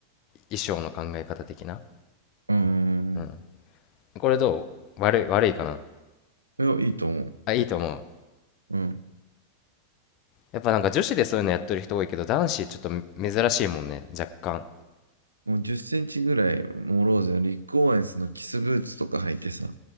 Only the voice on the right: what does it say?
うん。
いや、いいと思う。
うん。
もう10センチぐらい、モローゼのリック・オーエンスのキスブーツとか履いてさ、